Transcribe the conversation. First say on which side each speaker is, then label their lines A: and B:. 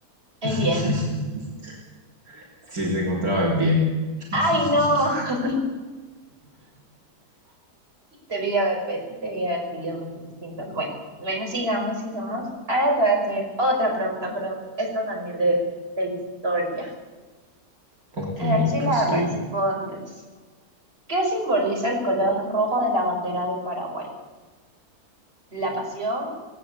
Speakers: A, on the right (about 40°); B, on the right (about 65°).
A: En
B: <laughs>
A: Viena.
B: Sí, se encontraba en bien. <laughs>
A: ¡Ay, no! <laughs> Debí haber, pe- debí haber seguido mis instintos. Bueno, bueno, sigamos, sigamos. Ahora te voy a hacer otra pregunta, pero esta también de, de historia.
B: Ok,
A: A ver si
B: pues
A: la respondes.
B: sí.
A: ¿Qué simboliza el color rojo de la bandera de Paraguay? ¿La pasión?